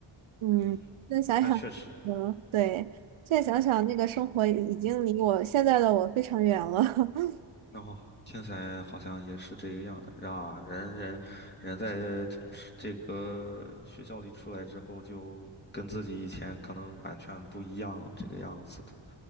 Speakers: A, on the right (about 75°); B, on the left (about 20°).
A: 嗯，
B: 嗯，
A: 现在想想，
B: 那确实，
A: 嗯，对，现在想想那个生活已经离我现在的我非常远了，<laughs>
B: 那好，听起来好像也是这个样的。啊，人人人在从是这个学校里出来之后，就跟自己以前可能完全不一样这个样子的。